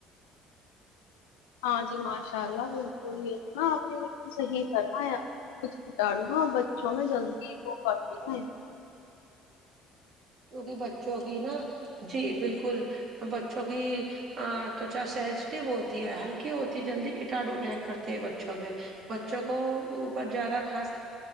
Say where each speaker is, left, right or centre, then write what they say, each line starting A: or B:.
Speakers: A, on the left; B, on the right.
A: ہاں جی ماشاء اللہ بلکل ہاں آپ نے بلکل صحیح فرما یا آپ نے کچھ کتانوں بچوں میں جلدی ہو پاتے ہیں
B: کیونکہ بچوں کی نا جی بلکل بچوں کی تو چ سینسٹیو ہوتی ہے ہلکی ہوتی جلدی کٹاڑو اٹیک کرتی ہے بچوں پہ بچوں کو اوپر زیادہ خاص